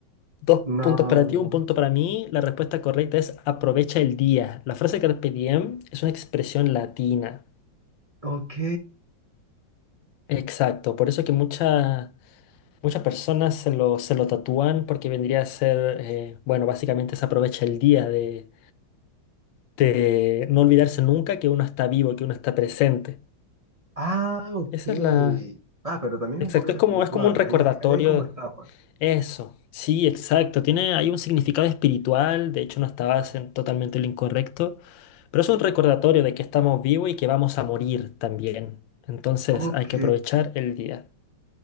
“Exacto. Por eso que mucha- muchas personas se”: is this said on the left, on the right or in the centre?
Left